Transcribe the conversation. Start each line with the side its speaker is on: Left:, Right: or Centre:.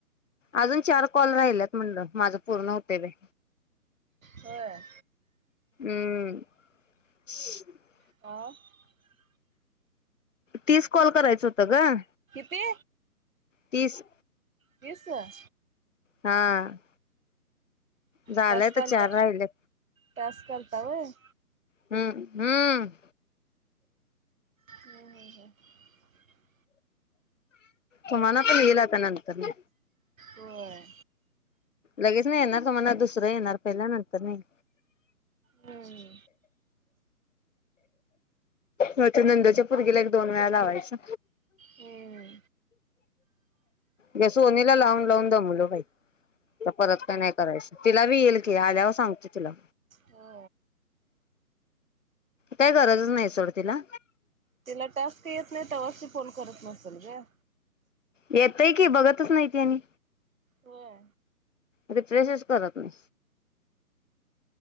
Left: अजून चार कॉल राहिल्यात म्हणलं, माझं पूर्ण हुतंय बाई.
Right: होय?
Left: <unintelligible>
Right: <inaudible>
Left: तीस कॉल करायचं होत गं.
Right: तेे
Left: तीस.
Right: तीस अं
Left: हां. झालंय
Right: तास
Left: आता
Right: करता
Left: चार राहिल्यात.
Right: तास करता वय?
Left: हूं <unintelligible>
Right: <unintelligible>
Left: तुम्हाला पण येईल अता नंतर नं.
Right: व्हय
Left: लगेच नाही येणार तुम्हाला दुसरं येणार पहिल्या नंतर नाही.
Right: हम्म
Left: हो ते नंद च्या पर्गिला एक दोन वेळा लावायचं.
Right: हम्म
Left: मी सोनीला लावून लावून दमलो बाई अता परत काय नाही करायचं तिला बी येईल की आल्याव सांगते तिला.
Right: हो
Left: काही गरजचं नाही सोडतीला.
Right: तिला टास्क येत नाही तवाच ती फोन करत नसल गं.
Left: येतय की बघतच नाही ती आणि.
Right: होय
Left: रिफ्रेशचं करत नाही.